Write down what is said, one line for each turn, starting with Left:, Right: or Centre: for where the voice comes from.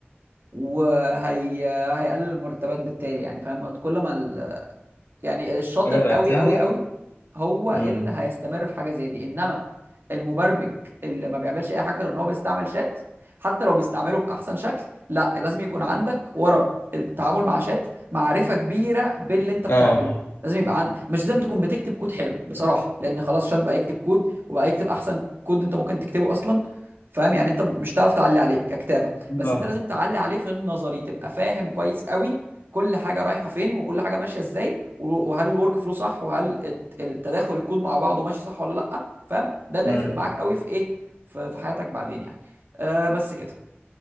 Right: وهي هيقلل المرتبات بالتالي يعني فاهم كل ما ال- يعني الشاطر
Left: حاجة
Right: قوي
Left: بقت سهلة
Right: قوي قوي هو اللي
Left: امم
Right: هيستمر في حاجه زي دي انما المبرمج اللي ما بيعملش اي حاجه غير ان هو بيستعمل شات حتى لو بيستعمله باحسن شكل لا لازم يكون عندك ورا التعامل مع شات معرفه كبيره باللي انت بتعمله
Left: اه
Right: لازم يبقى عندك مش لازم تكون بتكتب كود حلو بصراحه لان خلاص شات بقى يكتب كود وبقى يكتب احسن كود انت ممكن تكتبه اصلا فاهم يعني انت مش تعرف تعلي عليه ككتابه بس
Left: اه
Right: انت لازم تعلي عليه في النظري تبقى فاهم كويس قوي كل حاجه رايحه فين وكل حاجه ماشيه ازاي و- وهل الورك فلو صح وهل الت- التداخل الكود مع بعضه ماشي صح ولا لا فاهم ده اللي
Left: امم
Right: هيفرق معاك قوي في ايه في في حياتك بعدين يعني آه بس كده